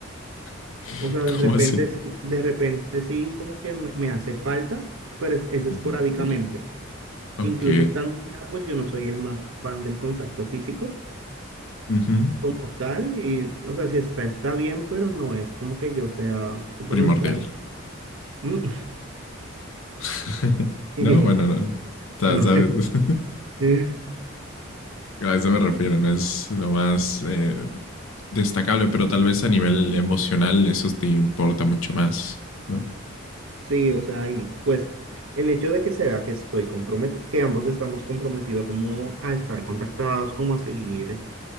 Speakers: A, on the left (about 75°); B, on the right (about 75°).
A: <laughs>
B: O sea,
A: ¿Cómo
B: de repente
A: así?
B: sí, de repente sí como que me, me hace falta, pero es, es
A: Y
B: esporádicamente.
A: Ok.
B: Incluso estando allá, pues yo no soy el más fan del contacto físico
A: Ujú.
B: como tal. Y, o sea, si está, está bien, pero no es como que yo sea súper
A: Primordial.
B: necesario. <laughs>
A: <laughs>
B: Y
A: No, bueno, no. Ta-
B: no.
A: Sabes. <laughs>
B: <laughs>
A: A eso me refiero, no es lo más eh, destacable, pero tal vez a nivel emocional eso te importa mucho más, ¿no?
B: Sí, o sea, y pues el hecho de que se vea que estoy comprometido, que ambos estamos comprometidos como a estar contactados, como a seguir